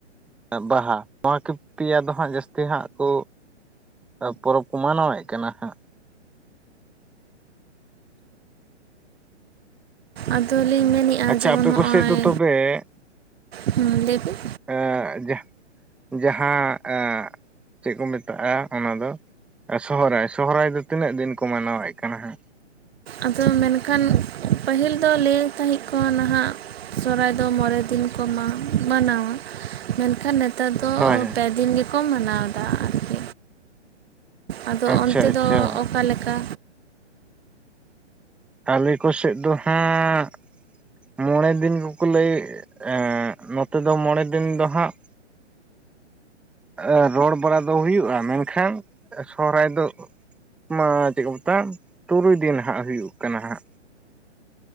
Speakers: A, in the centre; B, on the right (about 55°).
A: ᱵᱟᱦᱟ, ᱱᱚᱣᱟ ᱠᱤ ᱯᱮᱭᱟ ᱫᱚ ᱦᱟᱸᱜ ᱡᱟᱹᱥᱛᱤ ᱦᱟᱸᱜ ᱠᱚ ᱟ ᱯᱚᱨᱚᱵᱽ ᱠᱚ ᱢᱟᱱᱟᱣᱮᱫ ᱠᱟᱱᱟ ᱦᱟᱸᱜ᱾
B: ᱟᱫᱚᱞᱤᱧ ᱢᱮᱱᱮᱫᱼᱟ
A: ᱟᱪᱪᱷᱟ
B: ᱡᱮᱢᱚᱱ
A: ᱟᱯᱮ
B: ᱦᱚᱜᱼᱚᱭ᱾
A: ᱠᱚᱥᱮᱫ ᱫᱚ ᱛᱚᱵᱮ
B: ᱦᱩᱹ ᱞᱟᱹᱭ ᱵᱤᱱ᱾
A: ᱮᱸᱜ ᱡᱟᱸᱦ ᱡᱟᱦᱟᱸ ᱮᱸ ᱪᱮᱫ ᱠᱚ ᱢᱮᱛᱟᱜᱼᱟ ᱚᱱᱟ ᱫᱚ ᱮ ᱥᱚᱦᱨᱟᱭ᱾ ᱥᱚᱦᱨᱟᱭ ᱫᱚ ᱛᱤᱱᱟᱹᱜ ᱫᱤᱱ ᱠᱚ ᱢᱟᱱᱟᱣᱮᱫ ᱠᱟᱱᱟ ᱦᱟᱸᱜ?
B: ᱟᱫᱚ ᱢᱮᱱᱠᱷᱟᱱ ᱯᱟᱹᱦᱤᱞ ᱫᱚ ᱞᱟᱹᱭ ᱛᱟᱦᱮᱸᱫ ᱠᱚ ᱱᱟᱦᱟᱜ ᱥᱚᱨᱦᱟᱭ ᱫᱚ ᱢᱬᱮ ᱫᱤᱱ ᱠᱚ ᱢᱟ ᱢᱟᱱᱟᱣᱟ ᱢᱮᱱᱠᱷᱟᱱ ᱱᱮ ᱱᱮᱛᱟᱨ ᱫᱚ
A: ᱦᱳᱭ
B: ᱚ
A: ᱦᱳᱭ
B: ᱯᱮ ᱫᱤᱱ ᱜᱮᱠᱚ ᱢᱟᱱᱟᱣᱫᱟ ᱟᱨᱪᱮᱫ᱾ ᱟᱫᱚ
A: ᱟᱪᱪᱷᱟ
B: ᱚᱱᱛᱮ
A: ᱟᱪᱪᱷᱟ
B: ᱫᱚ ᱚᱠᱟᱞᱮᱠᱟ?
A: ᱟᱞᱮ ᱠᱚ ᱥᱮᱫ ᱫᱚ ᱦᱟᱸᱜ ᱢᱚᱲᱮ ᱫᱤᱱ ᱠᱚᱠᱚ ᱞᱟᱹᱭ ᱮ ᱮᱸᱜ ᱱᱚᱛᱮ ᱫᱚ ᱢᱚᱲᱮ ᱫᱤᱱ ᱫᱚ ᱦᱟᱸᱜ ᱮ ᱨᱚᱲ ᱵᱟᱲᱟ ᱫᱚ ᱦᱩᱭᱩᱜᱼᱟ ᱢᱮᱱᱠᱷᱟᱱ ᱥᱚᱦᱨᱟᱭ ᱫᱚ ᱢᱟ ᱪᱮᱫ ᱠᱚ ᱢᱮᱛᱟ-ᱟ ᱛᱩᱨᱩᱭ ᱫᱤᱱ ᱦᱟᱸᱜ ᱦᱩᱭᱩᱜ ᱠᱟᱱᱟ ᱦᱟᱸᱜ᱾